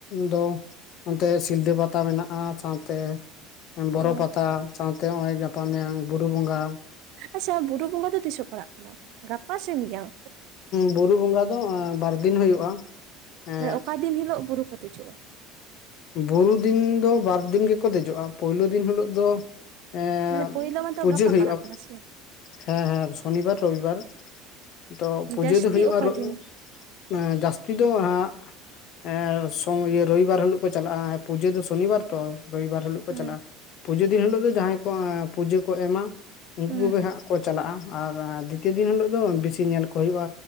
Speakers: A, on the left; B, on the right.
A: ᱫᱚ ᱚᱱᱛᱮ ᱥᱤᱞᱫᱟᱹ ᱯᱟᱛᱟ ᱢᱮᱱᱟᱜᱼᱟ ᱥᱟᱶᱛᱮ ᱵᱚᱨᱚ
B: ᱚ
A: ᱯᱟᱛᱟ ᱥᱟᱶᱛᱮ ᱚᱸᱜᱼᱚᱭ ᱜᱟᱯᱟ ᱢᱮᱭᱟᱝ ᱵᱩᱨᱩ ᱵᱚᱸᱜᱟ
B: ᱟᱪᱪᱷᱟ ᱵᱩᱨᱩ ᱵᱚᱸᱜᱟ ᱫᱚ ᱛᱤᱥᱚᱜ ᱯᱟᱲᱟᱜ ᱠᱟᱱᱟ ᱜᱟᱯᱟ ᱥᱮ ᱢᱤᱭᱟᱝ
A: ᱵᱩᱨᱩ ᱵᱚᱸᱜᱟ ᱫᱚ ᱟ ᱵᱟᱨ ᱫᱤᱱ ᱦᱩᱭᱩᱜᱼᱟ ᱮᱸ
B: ᱢᱟᱱᱮ ᱚᱠᱟ ᱫᱤᱱ ᱦᱤᱞᱳᱜ ᱵᱩᱨᱩ ᱠᱚ ᱫᱮᱡᱚᱜᱼᱟ
A: ᱵᱩᱨᱩ ᱫᱤᱱ ᱫᱚ ᱵᱟᱨ ᱫᱤᱱ ᱜᱮ ᱠᱚ ᱫᱮᱡᱚᱜᱼᱟ ᱯᱳᱭᱞᱳ ᱫᱤᱱ ᱦᱤᱞᱳᱜ ᱫᱚ ᱮᱸ
B: ᱢᱟᱱᱮ ᱯᱳᱭᱞᱳ ᱢᱟᱛᱚ
A: ᱯᱩᱡᱟᱹ
B: ᱜᱟᱯᱟ
A: ᱦᱩᱭᱩᱜᱼᱟ
B: ᱯᱟᱲᱟᱜ ᱠᱟᱱᱟ ᱥᱮ
A: ᱦᱮᱸ ᱦᱮᱸ ᱥᱚᱱᱤ ᱵᱟᱨ ᱨᱚᱵᱤ ᱵᱟᱨ ᱛᱚ ᱯᱩᱡᱟᱹ
B: ᱡᱟᱹᱥᱛᱤ
A: ᱫᱚ ᱦᱩᱭᱩᱜᱼᱟ
B: ᱚᱠᱟ
A: ᱨᱚᱜ
B: ᱫᱤᱱ?
A: ᱮᱸ ᱡᱟᱥᱛᱤ ᱫᱚ ᱦᱟᱸᱜ ᱮᱸ ᱥᱚᱸ ᱤᱭᱟᱹ ᱨᱚᱵᱤᱵᱟᱨ ᱦᱤᱞᱳᱜ ᱠᱚ ᱪᱟᱞᱟᱜᱼᱟ ᱯᱩᱡᱟᱹ ᱫᱚ ᱥᱚᱱᱤᱵᱟᱨ ᱛᱚ ᱨᱚᱵᱤᱵᱟᱨ ᱦᱤᱞᱳᱜ ᱠᱚ
B: ᱦᱩᱸ
A: ᱪᱟᱞᱟᱜᱼᱟ ᱯᱩᱡᱟᱹ ᱫᱤᱱ ᱦᱤᱞᱳᱜ ᱫᱚ ᱡᱟᱦᱟᱸᱭ ᱠᱚ ᱟᱸ ᱯᱩᱡᱟᱹ ᱠᱚ ᱮᱢᱟ ᱩᱝᱠᱩ
B: ᱦᱩᱸ
A: ᱠᱚᱜᱮ
B: ᱦᱩᱸ
A: ᱦᱟᱸᱜ ᱠᱚ ᱪᱟᱞᱟᱜᱼᱟ ᱟᱨ ᱫᱤᱛᱤᱭᱚ ᱫᱤᱱ ᱦᱤᱞᱳᱜ ᱫᱚ ᱵᱤᱥᱤ ᱧᱮᱞ ᱠᱚ ᱦᱩᱭᱩᱜᱼᱟ